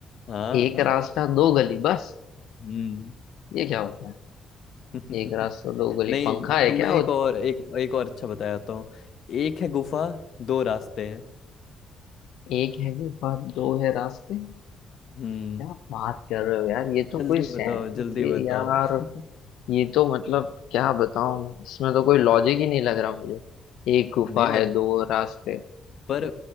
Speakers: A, on the left; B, on the left.
A: हाँ
B: एक रास्ता दो गली बस
A: हम्म
B: ये क्या होता है
A: <laughs>
B: एक रास्ता दो गली
A: नहीं
B: पंखा है
A: तुम्हें
B: क्या
A: एक
B: और
A: और एक एक और अच्छा बताता हूँ एक है गुफा दो रास्ते हैं
B: एक है गुफा दो है रास्ते
A: हम्म
B: क्या बात कर रहे हो यार ये तो
A: जल्दी
B: कोई सेंस
A: बताओ जल्दी
B: यार
A: बताओ <laughs>
B: ये तो मतलब क्या बताऊं मैं इसमें तो कोई लॉजिक ही नहीं लग रहा मुझे एक गुफा
A: नहीं लग
B: है
A: रहा
B: दो रास्ते
A: पर